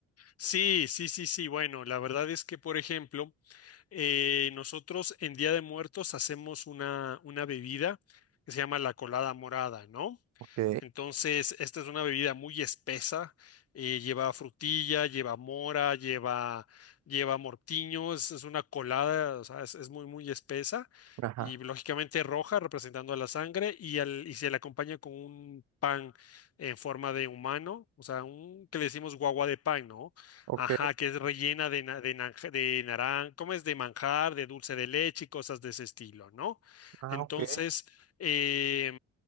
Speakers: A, on the left; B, on the right.
A: Sí, sí, sí, sí. Bueno, la verdad es que, por ejemplo, eh, nosotros en Día de Muertos hacemos una, una bebida que se llama la colada morada, ¿no?
B: Ok,
A: Entonces, esta es una bebida muy espesa. eh, lleva frutilla, lleva mora, lleva, lleva mortiño. Es, es una colada, o sea, es, es muy, muy espesa.
B: ajá,
A: Y lógicamente roja, representando a la sangre. Y, al- y se le acompaña con un pan en forma de humano, o sea, un que le decimos guagua de pan, ¿no?
B: ok,
A: Ajá, que es rellena de, na- de, naranja, de naran- ¿cómo es? De manjar, de dulce de leche y cosas de ese estilo, ¿no?
B: ajá,
A: Entonces
B: ok,
A: eh,